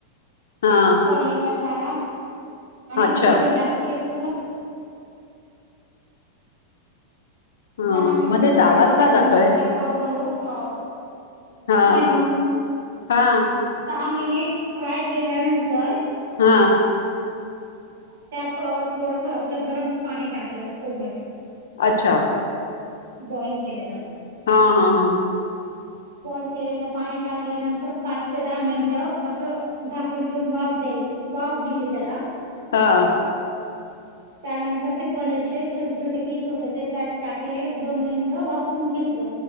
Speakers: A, on the left; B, on the right.
A: हा
B: पनीर मसाला आणि
A: अच्छा
B: ग्रेव्ही टाकून हे पूर्ण
A: हा
B: दहा मिनट
A: मध्येच
B: फ्राय
A: आवाज
B: केल्यानंतर
A: का जातोय
B: त्यात हळू हळू अ
A: हा
B: हॅलो.
A: हा
B: दहा मिनिट फ्राय केल्यानंतर
A: हा.
B: त्यात थोडसं आपलं गरम पाणी टाकायचं कोमट.
A: अच्छा?
B: बॉइल केलेलं.
A: हा, हा, हा.
B: बॉईल केलेलं पाणी टाकल्यानंतर, पाच ते दहा मिनिटं असं झाकण ठेवून वाफ द्याय वाफ दिली त्याला
A: हा.
B: त्यानंतर ते पनीरचे छोटे, छोटे पीस होते ते, त्यात टाकले दोन मिनिट वाफून घेतलं.